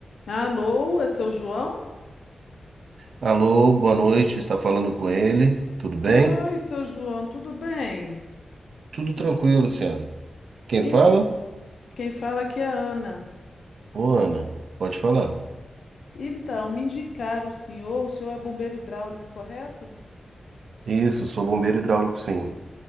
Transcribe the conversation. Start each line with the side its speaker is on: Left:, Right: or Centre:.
Left: Alô, é seu João?
Right: Alô, boa noite. Está falando com ele? Tudo bem?
Left: Oi, seu João, tudo bem?
Right: Tudo
Left: Tu-
Right: tranquilo, Luciano. Quem
Left: In-
Right: fala?
Left: Quem fala aqui é a Ana.
Right: Ô, Ana, pode falar.
Left: Então, me indicaram o senhor, o senhor é bombeiro hidráulico, correto?
Right: Isso, sou bombeiro hidráulico, sim.